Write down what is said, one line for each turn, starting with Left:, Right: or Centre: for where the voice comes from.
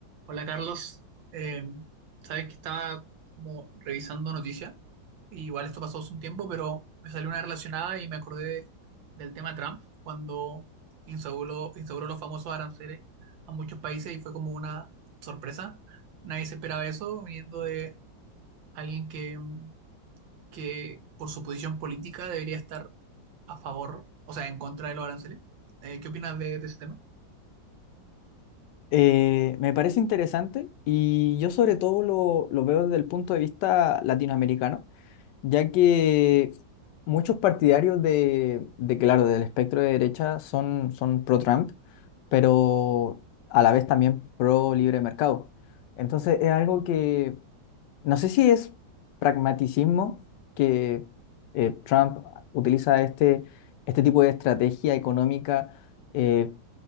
Right: Hola Carlos, Eh, sabes que estaba como revisando noticias, y igual esto pasó hace un tiempo, pero me salió una relacionada y me acordé de- del tema Trump cuando instauró, instauró los famosos aranceles a muchos países y fue como una sorpresa. Nadie se esperaba eso viniendo de alguien que, mm, que por su posición política debería estar a favor, o sea, en contra de los aranceles. Eh, ¿qué opinas de, de ese tema?
Left: Eh, me parece interesante y yo sobre todo lo, lo veo desde el punto de vista latinoamericano, ya que muchos partidarios de, de, claro, del espectro de derecha son, son pro-Trump, pero a la vez también pro-libre mercado. Entonces es algo que no sé si es pragmaticismo que eh, Trump utiliza este, este tipo de estrategia económica, eh,